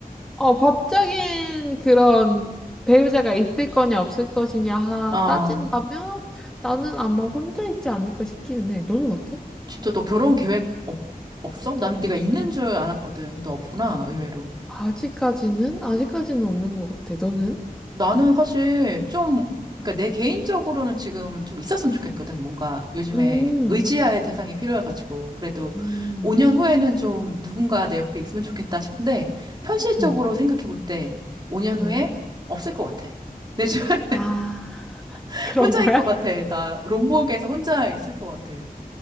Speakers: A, in the centre; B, on the right.
A: 어, 법적인 그런 배우자가 있을 거냐, 없을 것이냐 하-
B: 어,
A: 따진다면 나는 아마 혼자 있지 않을까 싶기는 해. 너는 어때?
B: 진짜 너 결혼 계획 없, 없어? 난 네가 있는 줄 알았거든. 근데 없구나, 의외로.
A: 아직까지는? 아직까지는 없는 것 같아. 너는?
B: 나는 사실 좀, 그러니까 내 개인적으로는 지금 좀 있었으면 좋겠거든. 뭔가 요즘에
A: 음,
B: 의지할 대상이 필요해가지고. 그래도
A: 음,
B: 5년 후에는 좀 누군가 내 옆에 있으면 좋겠다 싶은데, 현실적으로
A: 음,
B: 생각해 볼 때 5년 후에
A: 음.
B: 없을 것 같아. 내 주변에
A: 아, <laughs>
B: <laughs>
A: 그런
B: 혼자
A: 거야?
B: 있을 것 같아. 나 롬복에서 혼자 있을 것 같아.